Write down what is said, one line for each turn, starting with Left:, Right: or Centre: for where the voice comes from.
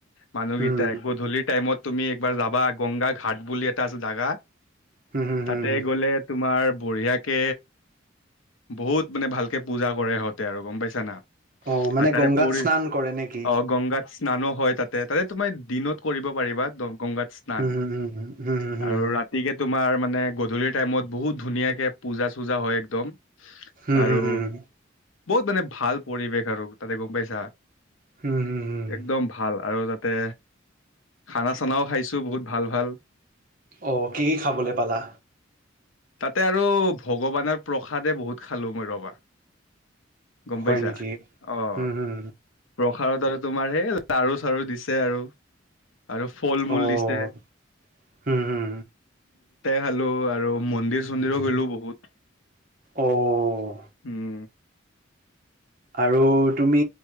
Left: মানুহকেইটাই
Right: উম
Left: গধূলি টাইমত তুমি একবাৰ যাবা গংগা ঘাট বুলি এটা আছে জাগা,
Right: হুম হুম
Left: তাতে
Right: হুম
Left: গলে তোমাৰ বঢ়িয়াকে বহুত মানে ভালকে পূজা কৰে সিহঁতে আৰু গম পাইছা না।
Right: অ মানে
Left: আৰু তাৰে
Right: গংগাত
Left: পৰি
Right: স্নান কৰে নেকি
Left: অ গংগাত স্নানো হয় তাতে তাতে তুমাৰ দিনত কৰিব পাৰিবা ত গংগাত স্নান
Right: হুম হুম হুম হুম হুম হুম
Left: আৰু ৰাতিকে তোমাৰ মানে গধূলি টাইমত বহুত ধুনীয়াকে পূজা চূজা হয় একদম,
Right: হুম
Left: আৰু
Right: হুম হুম
Left: বহুত মানে ভাল পৰিৱেশ আৰু তাতে গম পাইছা
Right: হুম হুম হুম
Left: একদম ভাল আৰু তাত। তাতে, খানা চানাও খাইছো বহুত ভাল ভাল
Right: অ কি কি খাবলৈ পালা?
Left: তাতে আৰু ভগৱানৰ প্ৰসাদে বহুত খালো মই ৰবা গম
Right: হয়
Left: পাইছা
Right: নেকি?
Left: আহ।
Right: হুম হুম
Left: প্ৰসাদত আৰু তোমাৰ সেই লাৰু চাৰু দিছে আৰু। আৰু ফল মূল
Right: অ'
Left: দিছে,
Right: হুম হুম
Left: খালো আৰু মন্দিৰ চন্দিৰো
Right: হুম
Left: গলো বহুত
Right: অ'
Left: উম
Right: আৰু তুমি